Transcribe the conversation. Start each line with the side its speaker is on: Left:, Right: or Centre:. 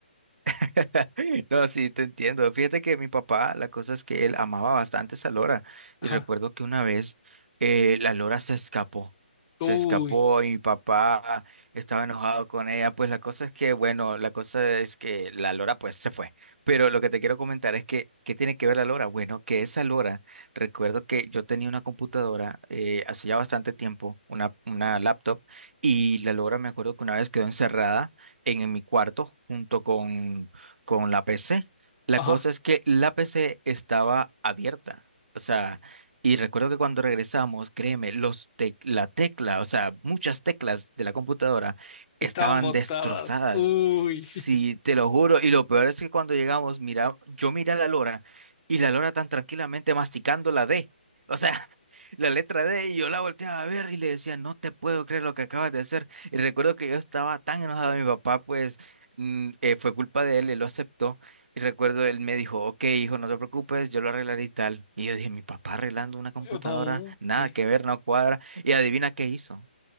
Right: <laughs> No, sí, te entiendo. Fíjate que mi papá, la cosa es que él amaba bastante esa lora.
Left: Ajá,
Right: Y recuerdo que una vez eh, la lora se escapó. Se
Left: uy,
Right: escapó y mi papá estaba enojado con ella. Pues la cosa es que, bueno, la cosa es que la lora pues se fue. Pero lo que te quiero comentar es que, ¿qué tiene que ver la lora? Bueno, que esa lora, recuerdo que yo tenía una computadora eh, hace ya bastante tiempo, una, una laptop, y la lora me acuerdo que una vez quedó encerrada en, en mi cuarto junto con con la PC. La
Left: ajá,
Right: cosa es que la PC estaba abierta. O sea, y recuerdo que cuando regresamos, créeme, los tec- la tecla, o sea, muchas teclas de la computadora
Left: estaban
Right: estaban
Left: botadas,
Right: destrozadas.
Left: uy,
Right: Sí,
Left: <laughs>
Right: te lo juro. Y lo peor es que cuando llegamos, mira, yo miré a la Lora y la Lora tan tranquilamente masticando la D. O sea, <laughs> la letra D y yo la volteaba a ver y le decía, no te puedo creer lo que acabas de hacer. Y recuerdo que yo estaba tan enojado de mi papá, pues mm, eh, fue culpa de él, él lo aceptó. Y recuerdo, él me dijo, ok, hijo, no te preocupes, yo lo arreglaré y tal. Y yo dije, mi papá arreglando una computadora,
Left: no,
Right: nada
Left: ¿qué?
Right: que ver, no cuadra. Y adivina qué hizo.